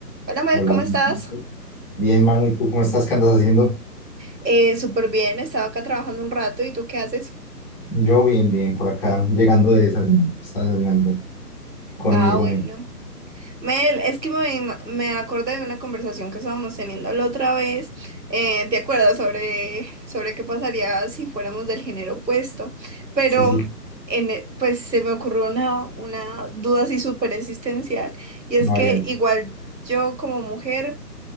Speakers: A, on the right (about 90°); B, in the centre.
A: Hola Mel,
B: Hola,
A: ¿cómo
B: Manu,
A: estás?
B: ¿cómo estás? bien, Manu, ¿y tú cómo estás? ¿Qué andas haciendo?
A: Eh, súper bien, estaba acá trabajando un rato ¿y tú qué haces?
B: Yo bien, bien, por acá, llegando de desayunar, estaba desayunando con
A: Ah,
B: mi roomie.
A: bueno. Mel, es que me, ima- me acordé de una conversación que estábamos teniendo la otra vez. eh, ¿te acuerdas sobre, sobre qué pasaría si fuéramos del género opuesto? Pero
B: Sí, sí,
A: en, e- pues se me ocurrió una, una duda así súper existencial y es
B: no
A: que
B: variante.
A: igual yo como mujer...